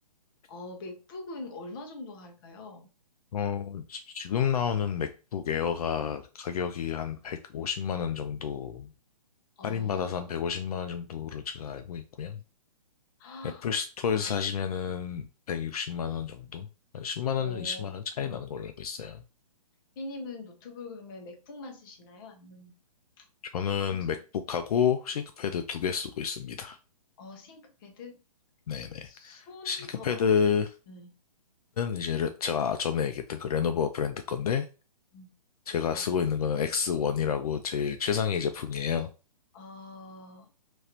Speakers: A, on the left; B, on the left.
A: 어, 맥북은 얼마 정도 할까요?
B: 어, 지- 지금 나오는 맥북 에어가 가격이 한 150만 원 정도,
A: 어,
B: 할인받아서 한 150만 원 정도로 제가 알고 있고요.
A: 아,
B: 애플 스토어에서 사시면은 160만 원 정도? 한 10만
A: 어,
B: 원, 20만 원 차이 나는 걸로 알고 있어요.
A: 삐님은 노트북 그러면 맥북만 쓰시나요? 아니면
B: 저는
A: 어, 삼성,
B: 맥북하고 싱크패드 두 개 쓰고 있습니다.
A: 어, 싱크패드?
B: 네네.
A: 손이
B: 싱크패드는
A: 더 많이, 음,
B: 이제 레- 제가 전에 얘기했던 그 레노버 브랜드 건데,
A: 음,
B: 제가
A: 네.
B: 쓰고 있는 거는 X1이라고 제일 최상위 제품이에요.
A: 아,